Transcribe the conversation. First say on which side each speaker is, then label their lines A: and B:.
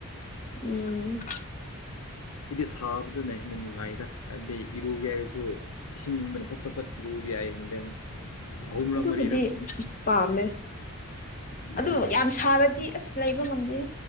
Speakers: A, on the left (about 35°); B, on the left (about 80°).
A: ꯎꯝ꯫
B: ꯑꯩꯗꯤ ꯁꯕꯗꯨꯅ ꯍꯦꯟꯅ ꯅꯨꯡꯉꯥꯏꯗ ꯍꯥꯏꯕꯗꯤ ꯏꯔꯨꯒꯦ ꯍꯥꯏꯔꯁꯨ ꯏꯁꯤꯡ ꯏꯪꯕꯅ ꯐꯠ ꯐꯠ ꯐꯠ꯫ ꯏꯔꯨꯒꯦ ꯌꯥꯏꯍꯥꯏꯕꯅꯤꯗ ꯑꯍꯨꯝꯂꯛ
A: ꯑꯗꯨꯕꯨꯗꯤ
B: ꯃꯔꯤꯔꯛ꯫
A: ꯄꯥꯝꯃꯦ ꯑꯗꯨ
B: ꯑꯣ
A: ꯌꯥꯝ ꯁꯔꯥꯗꯤ ꯑꯁ ꯂꯩꯕ ꯉꯝꯗꯦꯍꯦ꯫